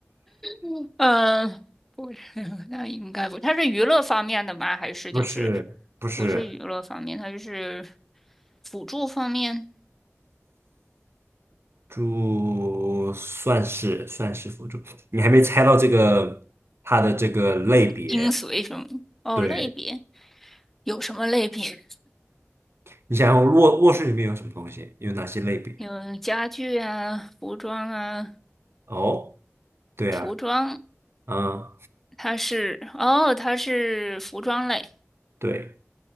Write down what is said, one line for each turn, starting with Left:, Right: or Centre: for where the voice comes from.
Centre: <laughs> 嗯，不是，那应该不，它是娱乐方面的吗？还是就是
Right: 不是不是，
Centre: 不是娱乐方面，它就是辅助方面，
Right: 猪算是算是辅助，你还没猜到这个它的这个类别。
Centre: 精髓什么？哦，
Right: 对，
Centre: 类别有什么类别？
Right: 你想想卧卧室里面有什么东西，有哪些类别？
Centre: 有家具啊、服装啊，
Right: 哦，对啊，
Centre: 服装
Right: 嗯，
Centre: 它是哦，它是服装类，
Right: 对，